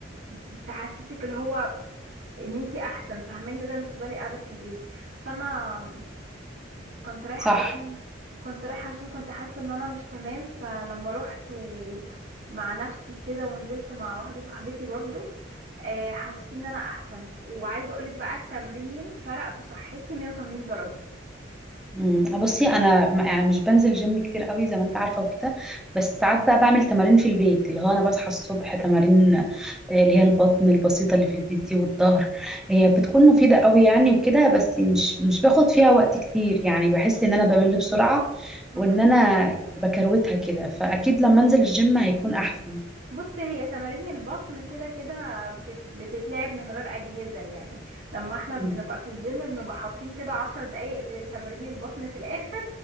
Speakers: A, on the right; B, in the centre.
A: بتحسسك اللي هو ان انت احسن فاهماني بدل ما تفضلي قاعدة في البيت فانا كنت رايحة
B: صح
A: علشان كنت رايحة علشان كنت حاسة ان انا مش تمام فلما رحت و... مع نفسي كده ونزلت مع واحدة صاحبتي برضو آه، حسيت ان انا احسن وعايزة اقولك بقى التمرين فرق في صحتي 180 درجة
B: امم بصي انا ما- يعني مش بنزل جيم كتير قوي زي ما انت عارفه وكده بس ساعات بقى بعمل تمارين في البيت اللي هو انا بصحى الصبح تمارين آه، اللي هي البطن البسيطه اللي في البيت دي والظهر هي بتكون مفيده قوي يعني وكده بس مش مش باخد فيها وقت كتير يعني بحس ان انا بمل بسرعه
A: مم.
B: وان انا بكروتها كده فاكيد لما انزل الجيم هيكون احسن
A: بص هي تمارين البطن كده كده بتت... بتتلعب من غير أجهزة يعني لما احنا
B: مم.
A: بنبقى في الجيم بنبقى حاطين كده عشر دقايق لتمارين البطن في الآخر